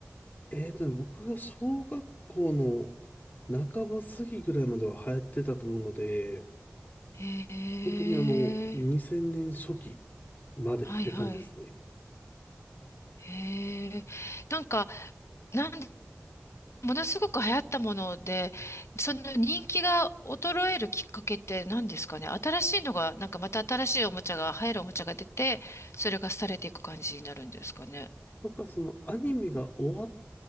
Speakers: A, on the left; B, on the left.
A: えっとね、僕が小学校の半ば過ぎぐらいまでは流行ってたと思うので、
B: へえ、
A: 本当にあの、2000年初期までって感じですね。
B: はいはい。へえ、なんか、なん、ものすごく流行ったもので、その人気が衰えるきっかけって何ですかね新しいのが、なんかまた新しいおもちゃが、流行るおもちゃが出て、それが廃れていく感じになるんですかね。
A: とか、そのアニメが終わっ、